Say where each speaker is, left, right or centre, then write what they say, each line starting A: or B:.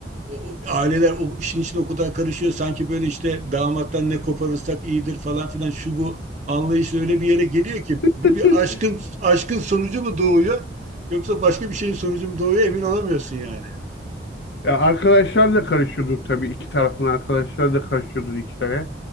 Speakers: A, on the right; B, on the left.
A: o- aileler o işin içine o kadar karışıyor sanki böyle işte damattan ne koparırsak iyidir falan filan şu bu anlayış öyle bir yere geliyor ki
B: <laughs>
A: bu bir aşkın aşkın sonucu mu doğuyor yoksa başka bir şeyin sonucu mu doğuyor emin olamıyorsun yani.
B: Ya arkadaşlar da karışıyordur tabii. İki tarafın arkadaşları da karışıyordur işlere.